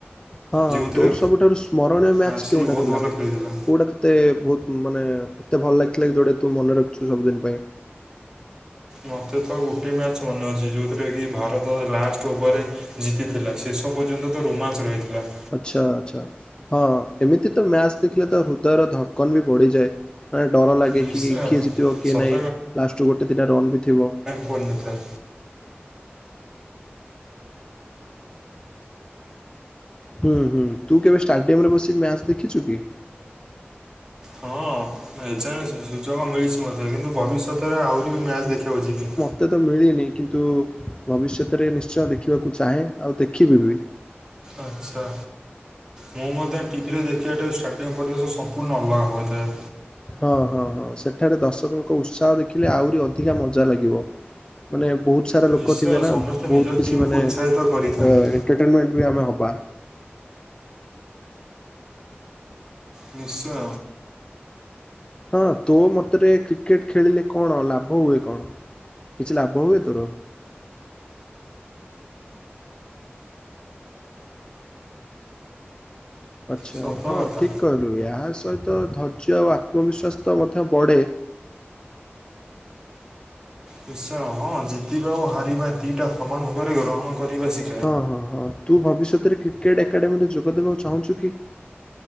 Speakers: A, on the left; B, on the right.
A: ହଁ
B: ଯେଉଁଥିରେ
A: ତୋର ସବୁଠାରୁ ସ୍ମରଣୀୟ ମ୍ୟାଚ୍
B: ଆସି
A: କେଉଁଟା
B: ବହୁତ
A: ଥିଲା
B: ଭଲ ଖେଳିଥିଲା
A: କୋଉଟା ଏତେ ବହୁତ ମାନେ ଏତେ ଭଲ ଲାଗିଥିଲା କି ଯୋଉଟା ତୁ ମନେ ରଖିଛୁ ସବୁଦିନ ପାଇଁ।
B: ମତେ ତ ଗୋଟିଏ ମ୍ୟାଚ୍ ମନେଅଛି ଯୋଉଥିରେ କି ଭାରତ ଲାଷ୍ଟ ଓଭର ରେ ଜିତିଥିଲା, ଶେଷ ପର୍ଯ୍ୟନ୍ତ ତ ରୋମାଞ୍ଚ ରହିଥିଲା।
A: ଆଚ୍ଛା ଆଛା, ହଁ ଏମିତି ତ ମ୍ୟାଚ ଦେଖିଲେ ତ ହୃଦୟର ଧକ୍କନ ବି ବଢିଯାଏ। ମାନେ ଡର ଲାଗେ
B: ନିଶ୍ଚୟ
A: କି କିଏ ଜିତିବ କିଏ
B: ସତ
A: ନାହିଁ ଲାଷ୍ଟୁ ଗୋଟେ ଦିନ ରନ୍ ବି ଥିବ।
B: ପଡନଥାଏ।
A: ହୁଁ ହୁଁ ତୁ କେବେ ଷ୍ଟାଡିୟମ ରେ ବସି ମ୍ୟାଚ ଦେଖିଛୁ କି?
B: ହଁ ଏଯାଏ ସୁଯୋଗ ମିଳିଛି ମୋତେ କିନ୍ତୁ ଭବିଷ୍ୟତରେ ଆହୁରି ବି ମ୍ୟାଚ୍ ଦେଖିବାକୁ ଯିବି।
A: ଏତେ ତ ମିଳିନି କିନ୍ତୁ ଭବିଷ୍ୟତରେ ନିଶ୍ଚୟ ଦେଖିବାକୁ ଚାହେଁ, ଆଉ ଦେଖିବି ବି।
B: ଆଚ୍ଛା। ମୁଁ ମଧ୍ୟ ଟିଭିରେ ଦେଖିବାଠାରୁ ଷ୍ଟାଡ଼ିୟମ୍ ପରିବେଶ ସମ୍ପୂର୍ଣ୍ଣ ଅଲଗା ହୋଇଥାଏ।
A: ହଁ ହଁ ହଁ ସେଠାରେ ଦର୍ଶକଙ୍କ ଉତ୍ସାହ ଦେଖିଲେ ଆହୁରି ଅଧିକା ମଜା ଲାଗିବ। ମାନେ ବହୁତ ସାରା ଲୋକ
B: ନିଶ୍ଚୟ
A: ଥିବେ ନା
B: ସମସ୍ତେ
A: ବହୁତ
B: ନିଜ
A: କିଛି
B: ଟିମ୍କୁ
A: ମାନେ
B: ଉତ୍ସାହିତ
A: ଏ
B: କରିଥାନ୍ତି।
A: ଏଣ୍ଟମେଣ୍ଟ ବି ଆମେ ହବା।
B: ନିଶ୍ଚୟ।
A: ହଁ ତୋ ମତରେ କ୍ରିକେଟ ଖେଳିଲେ କଣ ଲାଭ ହୁଏ କଣ, କିଛି ଲାଭ ହୁଏ ତୋର? ଆଚ୍ଛା
B: ସତ
A: ହଁ
B: କଥା।
A: ଠିକ୍ କହିଲୁ, ଏହା ସହିତ ଧୈର୍ଯ୍ୟ ଆଉ ଆତ୍ମବିଶ୍ୱାସ ତ ମଧ୍ୟ ବଢ଼େ।
B: ନିଶ୍ଚୟ, ହଁ ଜିତିବା ଓ ହାରିବା ଦୁଇଟା ସମାନ ଭାବରେ ଗ୍ରହଣ କରିବା ଶି
A: ହଁ ହଁ ହଁ ତୁ ଭବିଷ୍ୟତରେ କ୍ରିକେଟ ଏକାଡେମୀରେ ଯୋଗ ଦେବାକୁ ଚାହୁଁଛୁ କି?